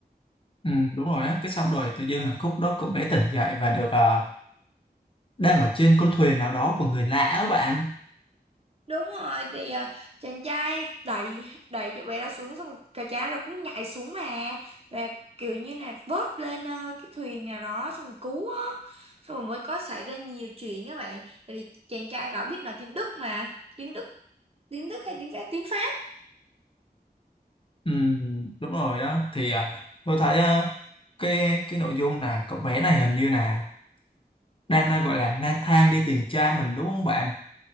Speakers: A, on the left (about 30°); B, on the right (about 35°).
A: Ừ, đúng rồi á, cái xong rồi tự dưng là khúc đó cậu bé tỉnh dậy và được ờ, đang ở trên con thuyền nào đó của người lạ á bạn.
B: đúng rồi thì ờ, chàng trai đẩy đẩy cho bé đó xuống xong rồi cả trai rồi cũng nhảy xuống mà và kiểu như là vớt lên ờ, cái thuyền nào đó xong rồi cứu á xong rồi mới có xảy ra nhiều chuyện các bạn tại vì chàng trai đó biết nói tiếng Đức mà tiếng Đức tiếng Đức hay tiếng Pháp tiếng Pháp
A: Ừ, đúng rồi á, thì ờ, tôi thấy ờ, cái cái nội dung là cậu bé này hình như là đang ờ, gọi là lang thang đi tìm cha mình đúng không bạn?